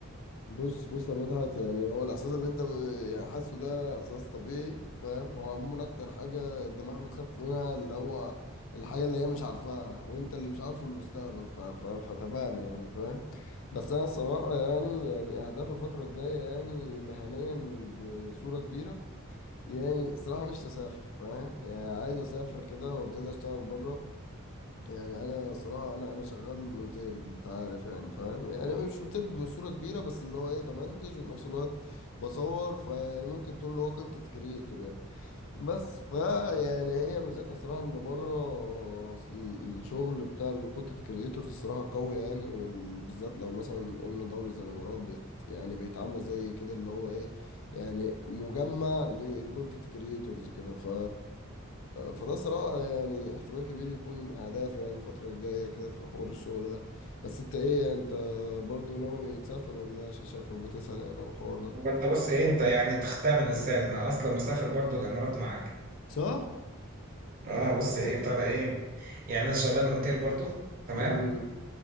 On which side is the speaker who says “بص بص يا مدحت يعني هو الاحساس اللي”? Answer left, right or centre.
Left